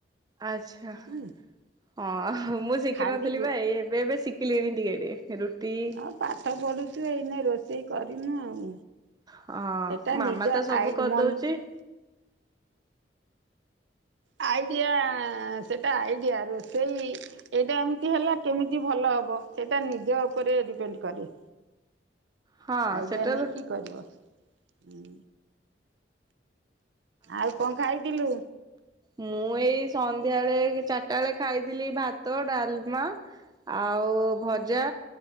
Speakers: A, on the right; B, on the right.
A: ଆଚ୍ଛା।
B: ହୁଁ
A: ହଁ ମୁଁ ଶିଖିନଥିଲି
B: ଖାଲି
A: ବା ଏଇ ଏବେ ଏବେ ଶିଖିଲିଣିି ଟିକେ ଟିକେ ରୁଟି
B: ଆଉ ପାଠ ପଢୁଛୁ ଏଇନେ ରୋଷେଇ କରିନୁ ଆଉ।
A: ହଁ
B: ସେଟା
A: ମାମା
B: ନିଜ
A: ତ ସବୁ
B: ଆଇଡ
A: କରିଦଉଛି
B: ମନୁକୁ ଆଇଡିଆ ସେଇଟା ଆଇଡ଼ିଆ ରୋଷେଇ ଏଇଟା ଏମିତି ହେଲା କେମିତି ଭଲ ହବ ସେଇଟା ନିଜ ଉପରେ ଡିପେଣ୍ଡ କରେ।
A: ହଁ
B: ଆଇଡ଼ିଆ
A: ସେଟା
B: ନେଇକି କରିବ ହୁଁ। ଆଉ କଣ ଖାଇଥିଲୁ?
A: ମୁଁ ଏଇ ସନ୍ଧ୍ୟାବେଳେ ହେଇକି ଚାରିଟା ବେଳେ ଖାଇଥିଲି ଭାତ ଡାଲମା ଆଉ ଭଜା